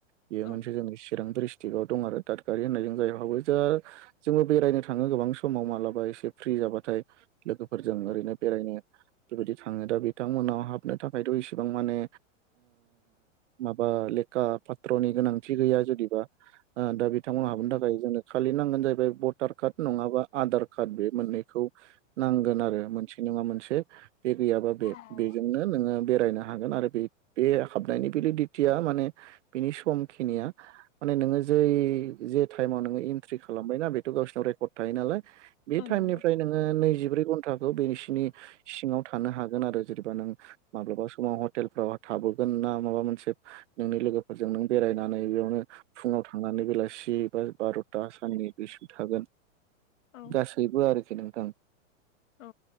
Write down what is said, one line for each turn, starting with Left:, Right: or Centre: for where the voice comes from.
Right: बेयो
Left: औ
Right: मोनसे जोंनि चिरां ड्रिस ट्रिगाव दं आरो दादगारि होननाय जों जायाव हाबो। दा जोङो बेरायनो थाङो गोबां समाव मालाबा एसे फ्रि जाबाथाय लोगोफोरजों
Left: औ
Right: ओरैनो बेरायनो बेबायदि थाङो दा बिथांमोना हाबनो थाखायथ' इसिबां ओ माने माबा लेखा पात्र'नि गोनांथि गैया जुदिबा दा बिथांमोननाव हाबनो थाखाय जोंनो खालि नांगोन जाहैबाय भटार कार्ड नङाबा आधार कार्ड बे मोननैखौ नांगोन आरो मोनसे नङा मोनसे बे गैयाबा बे
Left: औ
Right: बेजोंनो नोङो बेरायनो हागोन आरो बे बे हाबनायनि बेलिदिथिया माने बिनि समखिनिया माने नोङो जै जे टाइमाव नोङो इन्ट्रि खालामबायना बेथ' गावसोरनाव रेकर्ड थायो नालाय। बे
Left: औ
Right: टाइमनिफ्राय
Left: नंगौ
Right: नोङो नैजिब्रै घन्टाखौ बेसि बिनि सिङाव थानो हागोन आरो जेनेबा नों माब्लाबा समाव हटेलफ्राव थाबोगोन ना माबा मोनसे नोंनि लोगोफोरजों नों बेरायनानै बेयावनो फुङाव थांनानै बेलासि बा बार'था आसाननि दुइसु थागोन
Left: औ
Right: गासैबो आरोखि नोंथां।
Left: औ